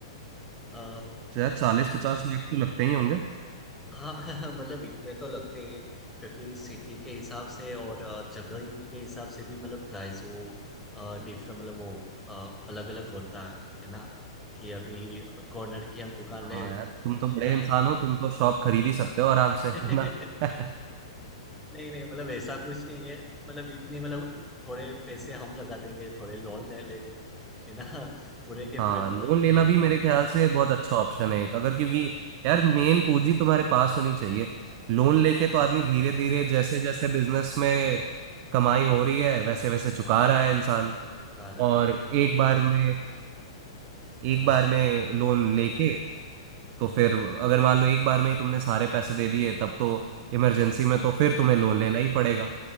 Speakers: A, in the centre; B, on the right.
A: अ,
B: शायद चालीस पचास लाख तो लगते ही होंगे
A: हाँ <laughs> मतलब इतने तो लगते ही हैं क्योंकि सिटी के हिसाब से और अ, जगह के हिसाब से भी मतलब प्राइस वो डिफरेंट मतलब वो अलग अलग होता है है ना कि अभी कॉर्नर की हम दुकान
B: हाँ
A: ले है
B: यार तुम तो बड़े
A: ना
B: इंसान हो तुम तो शॉप खरीद ही सकते हो आराम
A: <laughs>
B: से है ना <laughs>
A: नहीं नहीं मतलब ऐसा कुछ नहीं है मतलब इतनी मतलब थोड़े पैसे हम लगा देंगे थोड़े लोन ले लेंगे है ना <laughs> पूरे के
B: हाँ
A: पूरे तो
B: लोन लेना
A: मैं भी
B: भी
A: नहीं
B: मेरे
A: देता
B: ख्याल से बहुत अच्छा ऑप्शन है एक अगर क्योंकि यार मेन पूंजी तुम्हारे पास होनी चाहिए लोन लेके
A: हाँ
B: तो
A: वो
B: आदमी
A: तो
B: धीरे
A: है
B: धीरे जैसे जैसे बिजनेस में कमाई हो रही है वैसे वैसे चुका
A: हाँ
B: रहा है इंसान
A: गा रहा
B: और
A: है वो
B: एक
A: मैं
B: बार में एक
A: हाँ
B: बार में लोन लेके
A: हम्म,
B: तो फिर अगर मान लो एक बार में ही तुमने सारे पैसे दे दिए तब तो इमरजेंसी
A: हाँ
B: में तो फिर तुम्हें लोन लेना ही पड़ेगा